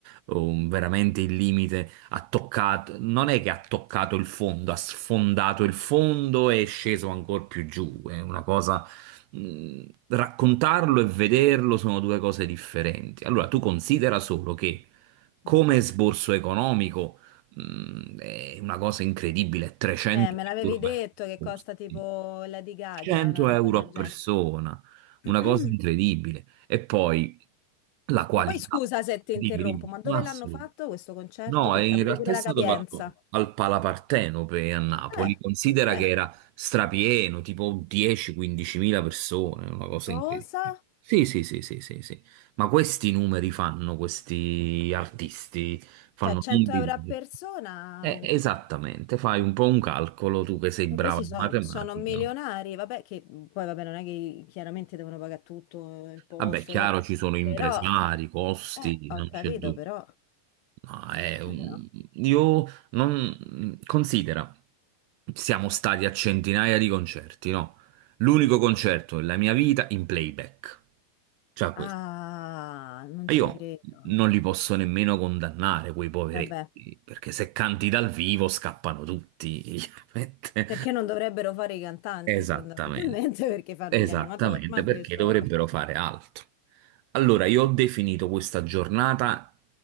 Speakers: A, on the right (about 80°); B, on the left (about 75°).
A: Um, veramente il limite ha toccato, non è che ha toccato il fondo, ha sfondato il fondo e è sceso ancora più giù. È una cosa. mh, raccontarlo e vederlo sono due cose differenti. Allora, tu considera solo che come
B: Ma-
A: sborso economico. Mm, è una cosa incredibile, 300
B: Eh, me l'avevi
A: euro
B: detto
A: per
B: che
A: persona.
B: costa tipo la di Gaga,
A: 100
B: una roba
A: euro
B: del
A: a
B: genere.
A: persona, una
B: <clears throat>
A: cosa incredibile. E poi la qualità.
B: Ma poi scusa se ti
A: Dimmi,
B: interrompo,
A: dimmi,
B: ma dove
A: Massimo.
B: l'hanno fatto questo concerto
A: No,
B: per
A: e
B: capire
A: in realtà
B: pure
A: è
B: la
A: stato
B: capienza?
A: fatto al Palapartenope a Napoli.
B: Eh,
A: Considera
B: beh,
A: che era strapieno, tipo 10-15 mila persone, una cosa
B: cosa?
A: incredibile. Sì, sì, sì, sì, sì, sì. Ma questi numeri fanno, questi artisti fanno
B: Cioè 100
A: numeri.
B: euro a persona?
A: Eh, esattamente, fai un po' un calcolo tu che sei
B: Ma
A: Eh, brava
B: Questi
A: in
B: son-
A: matematica.
B: sono, milionari, vabbè, che poi vabbè, non è che chiaramente devono pagare tutto eh, il posto,
A: Vabbè, chiaro,
B: le cose,
A: ci sono impresari,
B: però,
A: costi,
B: eh, ho
A: non
B: capito,
A: c'è dubbio.
B: però,
A: No, è un-
B: eh, però.
A: Io non... Considera, siamo stati a centinaia di concerti, no? L'unico concerto della mia vita in playback. Cioè questo.
B: Ah, non
A: Ma
B: ci
A: Io
B: credo.
A: non li posso nemmeno condannare, quei poveretti,
B: Vabbè,
A: perché se canti dal vivo scappano tutti, <laughs> chiaramente.
B: perché non dovrebbero fare i cantanti
A: Esattamente,
B: fondamentalmente <laughs> perché fanno
A: esattamente,
B: gli animatori, ma
A: perché
B: questo,
A: dovrebbero
B: vabbè.
A: fare altro. Allora, io ho definito questa giornata